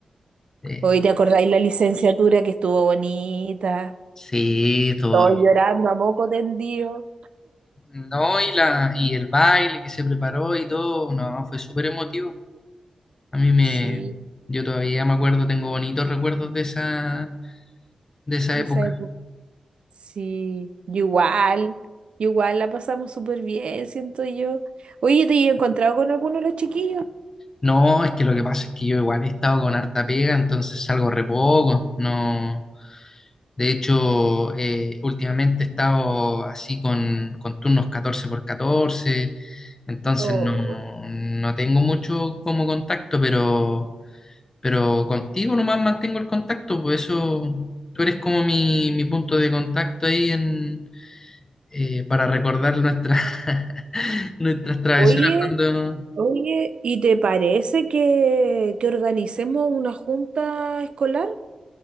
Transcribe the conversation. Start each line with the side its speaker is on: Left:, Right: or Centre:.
Left: eh,
Right: Hoy te acordáis la licenciatura que estuvo bonita,
Left: sí, todo,
Right: todos llorando a moco tendido.
Left: No, y la, y el baile que se preparó y todo, no, fue súper emotivo. A mí me,
Right: Sí,
Left: yo todavía me acuerdo, tengo bonitos recuerdos de esa, de esa
Right: de
Left: época.
Right: esa época. Sí, yo igual, yo igual la pasamos súper bien, siento yo. Oye, ¿te he encontrado con alguno de los chiquillos?
Left: No, es que lo que pasa es que yo igual he estado con harta pega, entonces salgo re poco, no. De hecho, eh, últimamente he estado así con, con turnos catorce por catorce entonces
Right: Oh,
Left: no, no tengo mucho como contacto, pero Pero contigo nomás mantengo el contacto, por eso tú eres como mi, mi punto de contacto ahí en, eh, para recordar nuestras <laughs> nuestras travesuras
Right: Oye,
Left: cuando...
Right: oye, ¿y te parece que, que organicemos una junta escolar?